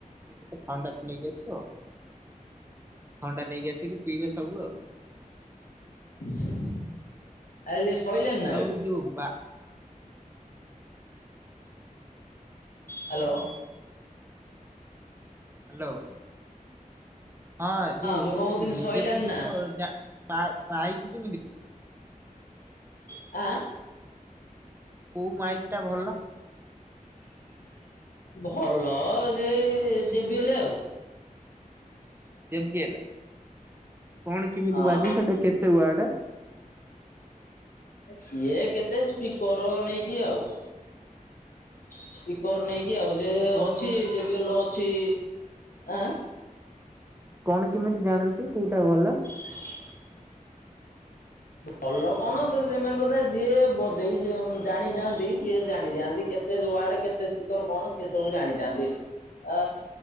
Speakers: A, on the right; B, on the left.
A: ଗୋଟେ ଥଣ୍ଡା ଟେ ନେଇକି ଆସି ଥଣ୍ଡା ନେଇକି ଆସିକି ପିଇବେ ସବୁ ଆଉ।
B: <inaudible> ଆଇଲେ <unintelligible>
A: ଆଉ ଯଉ ବା
B: ହ୍ୟାଲୋ।
A: ହ୍ୟାଲୋ। ହଁ ଯୋଉ
B: ମୁଁ କଣ
A: ତୁ
B: କହୁଥିଲି
A: ଡିଜେ
B: ସଇଲାଣି
A: ଫିଜେ
B: ନା
A: <unintelligible> ପାଇଚୁ
B: ଆ
A: କୋଉ ମାଇକ୍ ଟା ଭଲ?
B: ଭଲ ଯେ ଜିବିଏଲ ଆଉ।
A: ଯେ ପି ଲ୍ କଣ କେମିତି
B: ହଁ
A: ବାଜେ, ସେଟା କେତେ ୱାଟ?
B: ସିଏ କେତେ ସ୍ପିକର ନେଇକି ଆଉ। ସ୍ପିକର ନେଇକି ଆଉ ସେ ଅଛି
A: କଣ କେମିତି
B: ଯେ ବଲ ଅଛି। ଆ ଆ
A: କଣ କେମିତି ଜାଣନ୍ତି କୋଉଟା ଗଲା?
B: <inaudible> ଭଲ କଣ ତ ସେମାନେ କଥା ଯିଏ ବଜେଇ ଜାଣିଯାଆନ୍ତି ଯିଏ ଜାଣିଯାଆନ୍ତି କେତେ କେ ୱାର୍ଡ କେତେ ସ୍ର କଣ ସି ସବୁ ଜାଣିଥାନ୍ତି। ଅ